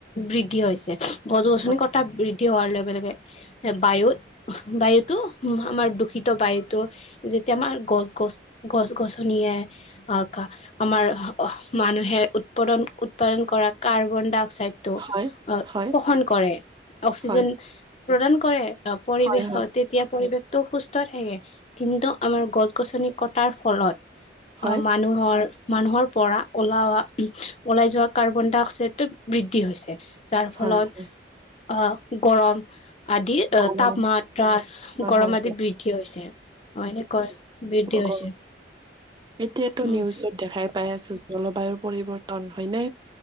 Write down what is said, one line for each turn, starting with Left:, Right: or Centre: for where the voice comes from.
Left: বৃদ্ধি হৈছে, গছ গছনি
Right: হয়,
Left: কটা বৃদ্ধি। হোৱাৰ লগে লগে এ বায়ুত বায়ুতো আমাৰ দূষিত বায়ুটো। যেতিয়া আমাৰ গছ গছ গছ গছনিয়ে অ আমাৰ মানুহে উৎপাদন উৎপাদন কৰা কাৰ্বন ডাই অক্সাইড টো
Right: হয়, হয়,
Left: শোষণ কৰে অক্সিজেন
Right: হয়,
Left: প্ৰদান কৰে। অ, পৰিৱেশত
Right: হয়, হয়,
Left: তেতিয়া পৰিৱেশতটো সুস্থ থাকে কিন্তু আমাৰ গছ গছনি কটাৰ ফলত
Right: হয়,
Left: আহ মানুহৰ - মানুহৰ পৰা ওলা উ, ওলাই যোৱা কাৰ্বন ডাই অক্সাইডৰ বৃদ্ধি হৈছে। যাৰ ফলত
Right: হয়, হয়,
Left: আহ গৰম আদি অ,
Right: গৰম
Left: তাপমাত্ৰা
Right: হয়,
Left: গৰম
Right: হয়,
Left: আদি
Right: হয়,
Left: বৃদ্ধি হৈছে অ, এনে কয় বৃদ্ধি হৈছে
Right: ক এতিয়াতো
Left: উম
Right: নিউজত দেখাই পাই আছো জলবায়ুৰ পৰিৱৰ্তন হয়নে।